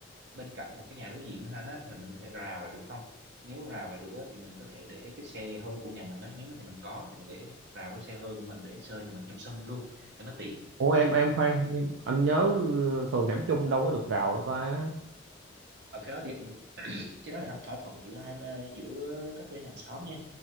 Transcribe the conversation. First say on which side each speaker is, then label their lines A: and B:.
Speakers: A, on the right; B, on the right.
A: bên cạnh hoặc cái nhà đối diện bên anh á là mình có thể rào lại được không nếu rào lại được á, thì mình có thể để cái xe hơi của nhà mình á nếu mà nhà mình có thì mình để rào cái xe hơi của mình để xe hơi nhà mình trong sân luôn cho nó tiện
B: ủa em em khoan
A: dạ
B: khoan, anh nhớ ờ, thường hẻm chung đâu có được rào đâu ta
A: ở cái đó thì anh- cái đó là anh thỏa thuận giữa hai bên- giữa các bên hàng xóm nha